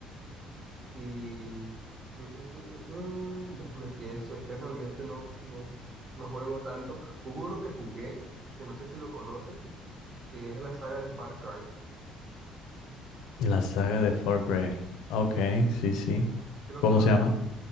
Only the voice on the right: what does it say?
Y mm, mm, mm, mm, déjame pienso, es que realmente no, no, no juego tanto. Hubo uno que jugué, que no sé si lo conoces, que es la saga de Far Cry.
¿Sí los
conoces?